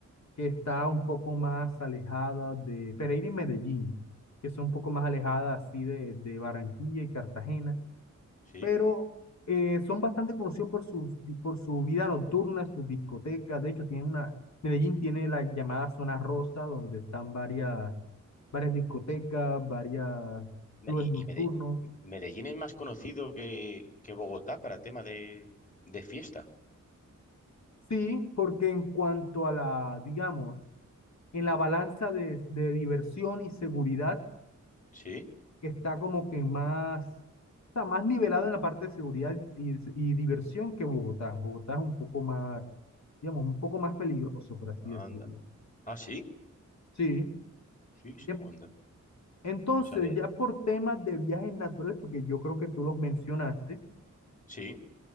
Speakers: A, on the left; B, on the left.
A: que está un poco más alejada de Pereira y Medellín, que son un poco más alejadas así de, de Barranquilla y Cartagena,
B: ¿sí?
A: pero eh, son bastante conocidos por, sus, por su vida nocturna, sus discotecas. De hecho, tienen una, Medellín tiene la llamada Zona Rosa, donde están varias, varias discotecas, varias
B: Y,
A: clubes nocturnos.
B: y Mede- Medellín es más conocido que, que Bogotá para tema de, de fiesta,
A: Sí, porque en cuanto a la, digamos, en la balanza de, de diversión y seguridad,
B: ¿sí?
A: que está como que más, está más nivelado en la parte de seguridad y, y diversión que Bogotá. Bogotá es un poco más, digamos, un poco más peligroso, por así decirlo.
B: Anda. Ah, sí,
A: Sí.
B: sí, sí,
A: ya-
B: onda.
A: Entonces,
B: No sabía.
A: ya por temas de viajes naturales, porque yo creo que tú los mencionaste,
B: Sí,